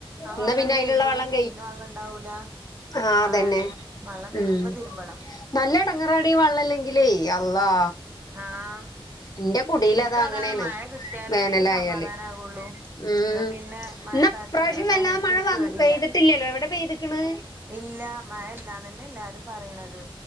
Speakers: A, on the right; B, on the left.
A: ആഹ്
B: എന്നാ
A: വെള്ളംഈണ്ട്
B: പിന്നെ അയിലുള്ള
A: കയ്യും
B: വെള്ളം
A: പിന്നെ വെള്ളം ഇണ്ടാവൂല
B: ആഹ് അതന്നെ
A: ആണേ വെള്ളം വരുമ്പോ
B: ഉം
A: തിരുമ്പണം
B: നല്ല എടങ്ങേറാണി വെള്ളല്ലെങ്കിലേ അള്ളാ
A: ആഹ്
B: എന്റെ കുടിലതാ
A: എനക്ക്
B: അങ്ങനെയാണ്
A: അതാണ് മഴ കിട്ടിയാലേ
B: വേനലായാല്
A: ഇച്ചിരി സമാധാന ആകുള്ളൂ
B: ഉം
A: എന്നാ പിന്നെ മഴക്കാലത്ത്
B: ഇന്ന ഇപ്രാവശ്യം
A: വേനൽക്ക്
B: വല്ലാ മഴ വ
A: പേടില്ല
B: പെയ്തിട്ടില്ലല്ലോ എവിടെ പെയ്തിക്കണ്
A: ഇല്ലാ മഴ ഇല്ലാന്ന് തന്നെ എല്ലാരും പറയണത്